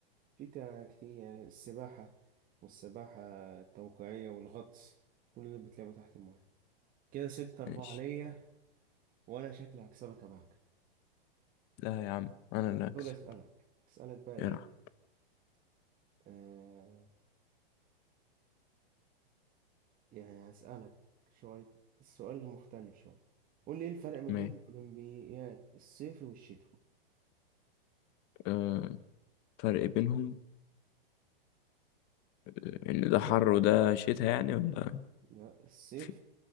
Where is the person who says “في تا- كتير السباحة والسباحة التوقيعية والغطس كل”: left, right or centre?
Right